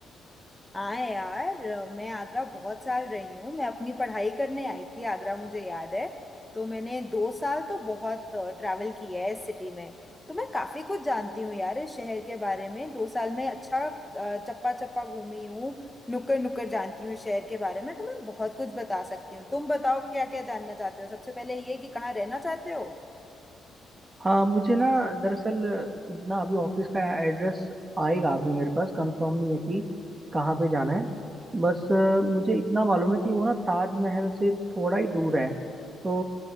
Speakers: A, in the centre; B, on the right.
A: हाँ यार अ, मैं आगरा बहुत साल रही हूँ मैं अपनी पढ़ाई करने आई थी आगरा मुझे याद है तो मैंने दो साल तो बहुत ट्रैवल किया है इस सिटी में तो मैं काफ़ी कुछ जानती हूँ यार इस शहर के बारे में दो साल में अच्छा अ, चप्पा चप्पा घूमी हूँ नुक्कड़ नुक्कड़ जानती हूँ इस शहर के बारे में तो मैं बहुत कुछ बता सकती हूँ तुम बताओ क्या क्या जानना चाहते हो सबसे पहले ये कि कहाँ रहना चाहते हो
B: हाँ मुझे ना दरअसल इतना अभी ऑफिस का एड्रेस आएगा अभी मेरे पास कंफर्म नहीं है कि कहाँ पे जाना है बस अ, मुझे इतना मालूम है कि वो ना ताजमहल से थोड़ा ही दूर है तो